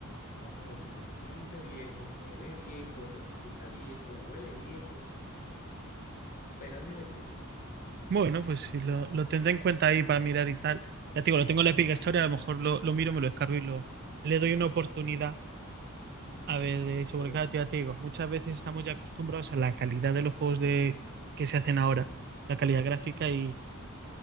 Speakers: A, on the left; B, on the right.
A: a un juego que se siente viejo, se ve viejo, se escucha viejo, huele viejo, pero es divertido.
B: Bueno, pues sí, lo, lo tendré en cuenta ahí para mirar y tal. Ya te digo, lo tengo en la Epic Store, a lo mejor lo, lo miro, me lo descargo y lo, le doy una oportunidad.
A: Ujú.
B: A ver, de sobrecarga,
A: El,
B: ya te digo, muchas veces estamos ya acostumbrados a la calidad de los juegos de, que se hacen ahora, la calidad gráfica, y,